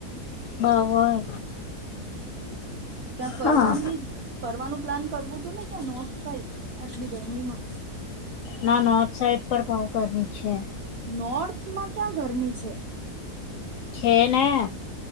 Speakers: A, on the left; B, on the right.
A: બાહુ અ જ
B: ક્યાં ફરવાની,
A: હા
B: ફરવાનું પ્લાન કરવું હતું ને, ત્યાં નોર્થ સાઈડ આટલી ગરમીમાં
A: ના ના, નોર્થ સાઈડ પર બહુ ગર્મી છે.
B: નોર્થમાં ક્યાં ગરમી છે?
A: છેને.